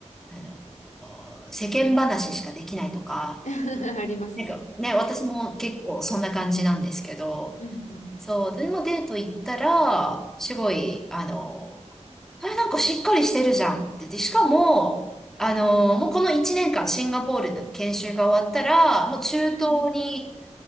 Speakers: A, in the centre; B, on the left (about 85°).
A: あの、お世間話しかできないとか、
B: うん <laughs> ありますね。
A: なんかね、私も結構そんな感じなんですけど、
B: うんうん。
A: そう、でもデート行ったら、すごい、あの、あれなんかしっかりしてるじゃんって。で、しかも、あの、もうこの1年間シンガポールの研修が終わったら、もう中東に
B: うん